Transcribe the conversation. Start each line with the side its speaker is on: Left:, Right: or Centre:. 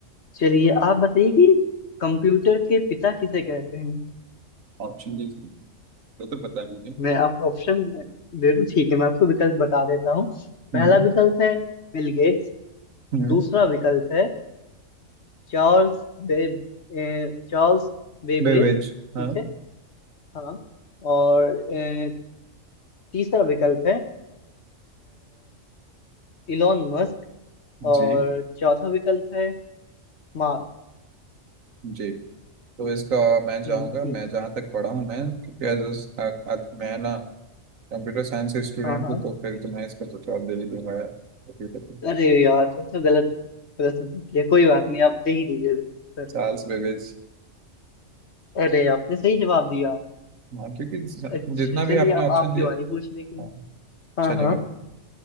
Left: चलिए आप बताइए कि कंप्यूटर के पिता किसे कहते हैं
Right: ऑप्शन देखिए वो तो पता नहीं मुझे
Left: मैं आपको ऑप्शन दे दूं ठीक है मैं आपको विकल्प बता देता हूँ पहला
Right: हम्म
Left: विकल्प है बिल गेट्स
Right: हम्म
Left: दूसरा विकल्प है चार्ल्स बे ए, चार्ल्स बेबेज
Right: बेवेज
Left: ठीक
Right: हाँ
Left: है हाँ और ए, तीसरा विकल्प है इलॉन मस्क और
Right: जी
Left: चौथा विकल्प है मार्क
Right: जी तो इसका मैं जाऊंगा
Left: हम्म ठीक
Right: मैं
Left: है
Right: जहाँ तक पढ़ा हूँ मैं क्योंकि एज अ मैं ना कंप्यूटर साइंस से स्टूडेंट
Left: हाँ हाँ
Right: हूँ तो फिर तो मैं इसका तो जवाब दे ही दूंगा यार Computer
Left: अरे यार सबसे गलत प्रश्न पूछ लिया कोई बात नहीं आप दे ही दीजिए सर
Right: Charles Babbage
Left: अरे आपने सही जवाब दिया
Right: हाँ क्योंकि ज-
Left: अच्छा
Right: जितना
Left: चलिए
Right: भी आपने
Left: अब
Right: ऑप्शन
Left: आपकी
Right: दिए
Left: बारी पूछने की
Right: हाँ
Left: हाँ
Right: चलिए
Left: हाँ
Right: मैं चलिए